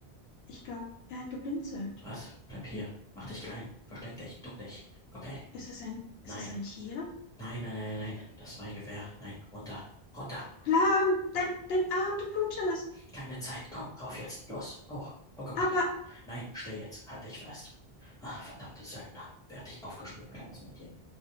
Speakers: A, on the left (about 75°); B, in the centre.
A: Ich glaube, er hat geblinzelt.
B: was? Bleib hier. Mach dich klein. Versteck dich. Duck dich. Okay.
A: Ist es ein,
B: Nein.
A: ist es ein Tier?
B: Nein, nein, nein, nein. nein. Das war ein Gewehr. Nein. Runter. Runter.
A: Lahm, dein, dein Arm, du blutest.
B: Keine Zeit. Komm, rauf jetzt. Los. Hoch. Huckepack.
A: Aber
B: Nein, steh jetzt. Halt dich fest. Ah, verdammte Söldner. Werd dich aufgespürt, kleines Mädchen.